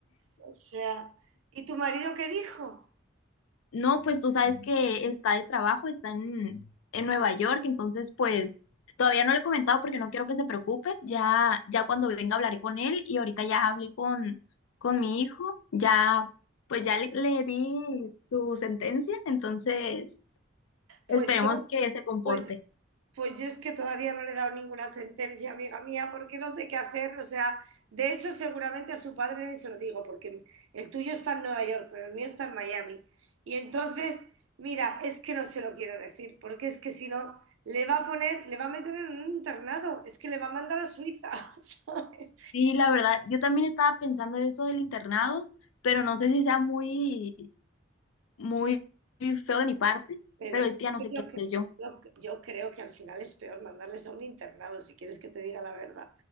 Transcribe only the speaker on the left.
no, pues tú sabes que está de trabajo, está en, en Nueva York, entonces, pues, todavía no le he comentado porque no quiero que se preocupe. Ya, ya cuando venga hablaré con él y ahorita ya hablé con, con mi hijo, ya, pues ya le, le di su sentencia, entonces, esperemos
que se comporte.
Sí, la verdad, yo también estaba pensando eso del internado, pero no sé si sea muy muy feo de mi parte,
pero
es que ya no
sé
qué hacer
yo.